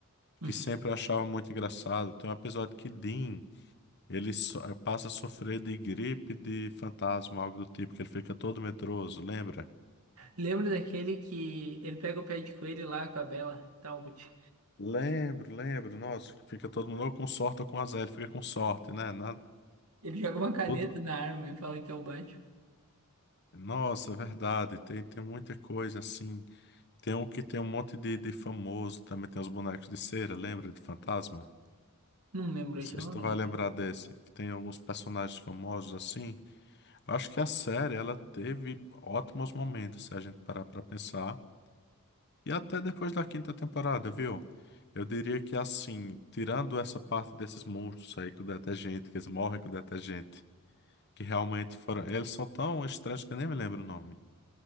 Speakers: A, on the right; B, on the left.
A: <laughs>
B: que sempre eu achava muito engraçado. Tem um episódio que Dean, ele so- eh, passa a sofrer de gripe de fantasma, algo do tipo, que ele fica todo medroso, lembra?
A: Lembra daquele que ele pega o pé de coelho lá com a Bela Talbot?
B: Lembro, lembro. Nossa, que fica todo mundo ou com sorte ou com azar, ele fica com sorte, né? Na-
A: Ele joga uma caneta
B: tudo...
A: na arma e fala que é o Batman.
B: Nossa, é verdade. Tem, tem muita coisa assim. Tem um que tem um monte de, de famoso, também tem os bonecos de cera, lembra de fantasma?
A: Não lembro,
B: Não
A: acho
B: sei
A: que eu
B: se
A: não
B: tu
A: lembro.
B: vai lembrar desse, que tem alguns personagens famosos assim. Eu acho que a série, ela teve ótimos momentos, se a gente parar pra pensar. E até depois da quinta temporada, viu? Eu diria que assim, tirando essa parte desses monstros aí com detergente, que eles morrem com detergente, que realmente foram. Eles são tão estranhos que eu nem me lembro o nome.